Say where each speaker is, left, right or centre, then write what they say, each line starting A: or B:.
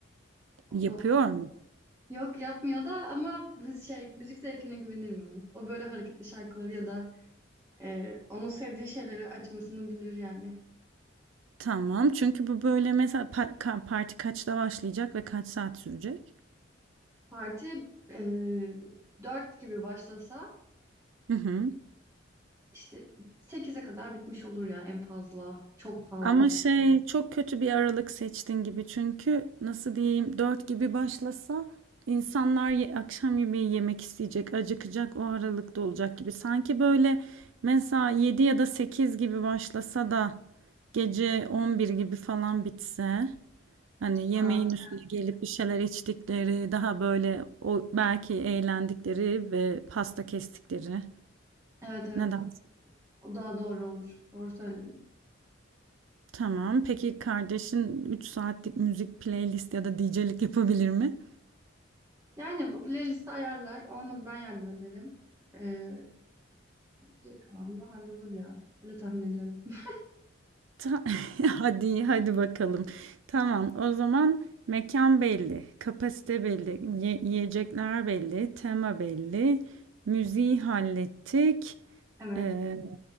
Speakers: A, on the right; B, on the right.
A: O
B: Yapıyor
A: da
B: mu?
A: yok yapmıyor da ama biz şey müzik zevkine güvenirim onun. O böyle hareketli şarkıları ya da Ee, onun sevdiği şeyleri açmasını bilir yani.
B: Tamam. Çünkü bu böyle mesela pa- ka- parti kaçta başlayacak ve kaç saat sürecek?
A: Parti e, 4 gibi başlasa
B: Hı hı.
A: işte sekize kadar bitmiş olur ya en fazla. Çok fazla.
B: Ama şey çok kötü bir aralık seçtin gibi çünkü nasıl diyeyim 4 gibi başlasa insanlar ye- akşam yemeği yemek isteyecek, acıkacak o aralıkta olacak gibi. Sanki böyle mesela 7 ya da 8 gibi başlasa da gece 11 gibi falan bitse hani
A: Ha,
B: yemeğin üstüne gelip bir şeyler içtikleri daha böyle o belki eğlendikleri ve pasta kestikleri.
A: evet evet
B: Neden?
A: o daha doğru olur. Doğru söyledin.
B: Tamam. Peki kardeşin 3 saatlik müzik playlist ya da DJ'lik yapabilir mi?
A: Yani bu playlisti ayarlar. Olmadı ben yardım ederim. Ee, geri kalan da hallolur ya. Öyle tahmin ediyorum. <laughs>
B: Ta- <laughs> hadi hadi bakalım. Tamam. O zaman mekan belli, kapasite belli, ye- yiyecekler belli, tema belli, müziği hallettik.
A: Evet.
B: Ee,